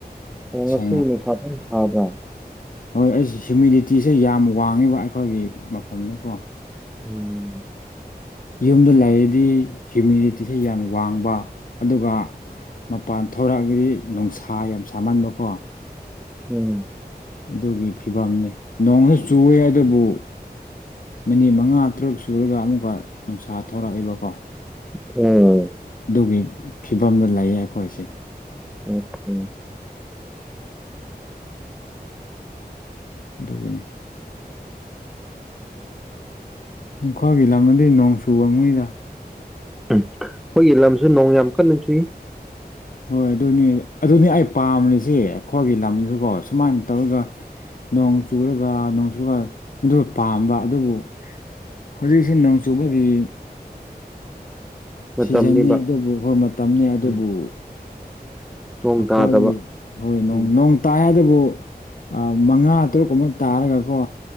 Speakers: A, in the centre; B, on the left.
A: ꯀꯁꯤꯁꯗ
B: ꯁꯦꯡꯅ
A: ꯁꯥꯕ꯭ꯔꯥ
B: ꯍꯣꯏ ꯑꯁ ꯍ꯭ꯨꯃꯤꯗꯤꯇꯤꯁꯦ ꯌꯥꯝ ꯋꯥꯡꯉꯤꯕ ꯑꯩꯈꯣꯏꯒꯤ ꯃꯐꯝꯗꯀꯣ
A: ꯎꯝ
B: ꯌꯨꯝꯗ ꯂꯩꯔꯤꯗꯤ ꯍꯤꯌꯨꯃꯤꯗꯤꯇꯤꯁꯦ ꯌꯥꯝ ꯋꯥꯡꯕ ꯑꯗꯨꯒ ꯃꯄꯥꯟ ꯊꯣꯔꯛꯑꯒꯗꯤ ꯅꯨꯡꯁꯥ ꯌꯥꯝ ꯁꯥꯃꯟꯕꯀꯣ
A: ꯎꯝ
B: ꯑꯗꯨꯒꯤ ꯐꯤꯕꯝꯅꯤ ꯅꯣꯡꯁꯨ ꯆꯨꯏꯦ ꯑꯗꯨꯕꯨ ꯃꯤꯅꯤꯠ ꯃꯉꯥ ꯇꯔꯨꯛ ꯁꯨꯔꯒ ꯑꯃꯨꯛꯀ ꯅꯨꯡꯁꯥ ꯊꯧꯔꯛꯏꯦꯕꯀꯣ
A: ꯑꯣꯝ
B: ꯑꯗꯨꯒꯤ ꯐꯤꯕꯝꯗ ꯂꯩꯌꯦ ꯑꯩꯈꯣꯏꯁꯦ
A: ꯑꯣꯝ
B: ꯑꯗꯨꯗꯨꯒꯤꯅꯤ ꯅꯈꯣꯏꯒꯤ ꯂꯝ ꯑꯩ ꯅꯣꯡ ꯆꯨꯕ ꯃꯤꯗ
A: ꯎꯝ ꯑꯩꯈꯣꯏꯒꯤ ꯂꯝꯁꯨ ꯅꯣꯡ ꯌꯥꯝ ꯀꯟꯅ ꯆꯨꯏ
B: ꯍꯣꯏ ꯑꯗꯨꯅꯤ ꯑꯗꯨꯅꯤ ꯑꯩ ꯄꯥꯝꯔꯤꯁꯤ ꯑꯩꯈꯣꯏꯒꯤ ꯂꯝꯁꯤꯀꯣ ꯁꯨꯃꯥꯏꯅ ꯇꯧꯔꯒ ꯅꯣꯡ ꯆꯨꯔꯒ ꯅꯣꯡ ꯆꯨꯔꯒ ꯃ ꯄꯥꯝꯕ ꯑꯗꯨꯕꯨ ꯍꯧꯖꯤꯛꯁꯤ ꯅꯣꯡ ꯆꯨꯕꯒꯤ
A: ꯃꯇꯝꯅꯤꯕ
B: ꯁꯤꯖꯟꯅꯤ ꯑꯗꯨꯕꯨ ꯍꯣꯏ ꯃꯇꯝꯅꯤꯅꯦ ꯑꯗꯨꯕꯨ
A: ꯎꯝ ꯅꯣꯡ
B: ꯑꯩꯈꯣꯏ
A: ꯇꯥꯗꯕ
B: ꯍꯣꯏ
A: ꯎꯝ
B: ꯅꯣꯡ ꯇꯥꯏ ꯑꯗꯨꯕꯨ ꯃꯉꯥ ꯇꯔꯨꯛꯀꯨꯝꯕ ꯇꯥꯔꯒꯀꯣ